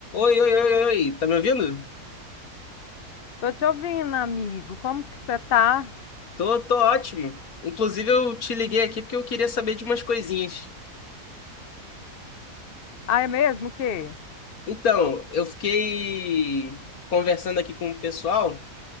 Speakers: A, on the left; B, on the left.
A: Oi, oi, oi, oi, tá me ouvindo?
B: Tô te ouvindo, amigo. Como que você tá?
A: Tô, tô ótimo. Inclusive, eu te liguei aqui porque eu queria saber de umas coisinhas.
B: Ah, é mesmo? O quê?
A: Então, eu fiquei conversando aqui com o pessoal